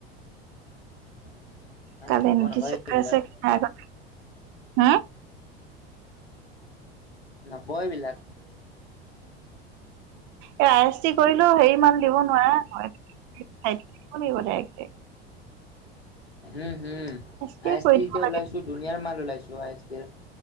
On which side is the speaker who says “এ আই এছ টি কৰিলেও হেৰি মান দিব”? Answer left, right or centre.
Right